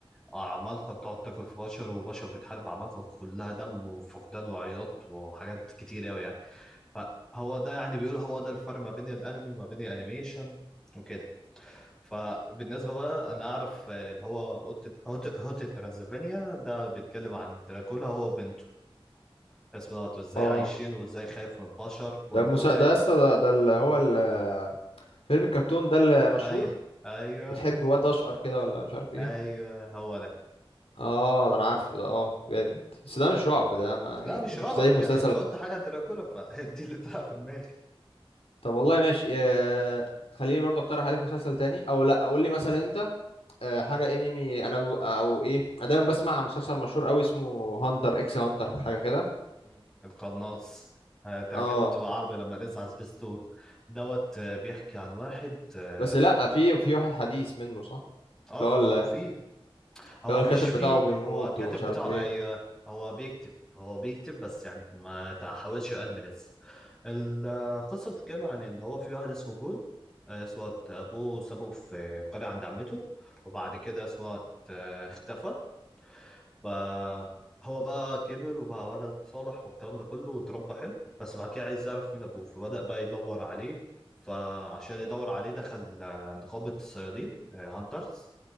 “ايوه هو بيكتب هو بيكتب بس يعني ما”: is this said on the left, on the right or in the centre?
Centre